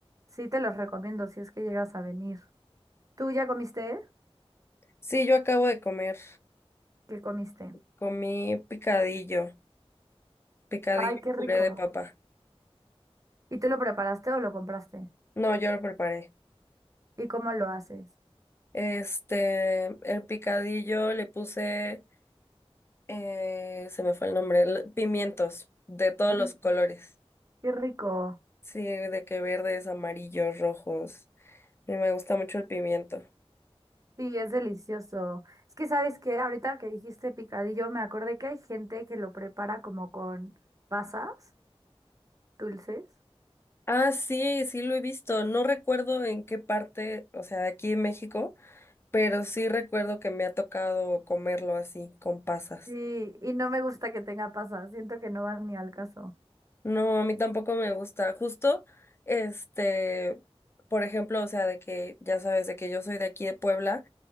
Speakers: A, on the right; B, on the left.
A: Sí, te los recomiendo si es que llegas a venir. ¿Tú ya comiste?
B: Sí, yo acabo de comer.
A: ¿Qué comiste?
B: Comí picadillo. Picadillo
A: Ay, qué
B: y
A: rico.
B: puré de papa.
A: ¿Y tú lo preparaste o lo compraste?
B: No, yo lo preparé.
A: ¿Y cómo lo haces?
B: Este, el picadillo le puse, eh, se me fue el nombre, l- pimientos de todos
A: Mm,
B: los colores.
A: qué rico.
B: Sí, de que verdes, amarillos, rojos. Y Me gusta mucho el pimiento.
A: Sí, es delicioso. Es que sabes que ahorita que dijiste picadillo, me acordé que hay gente que lo prepara como con pasas dulces.
B: Ah, sí, sí lo he visto. No recuerdo en qué parte, o sea, de aquí en México, pero sí recuerdo que me ha tocado comerlo así, con pasas.
A: Sí, y no me gusta que tenga pasas, siento que no van ni al caso.
B: No, a mí tampoco me gusta. Justo, este, por ejemplo, o sea, de que ya sabes, de que yo soy de aquí de Puebla,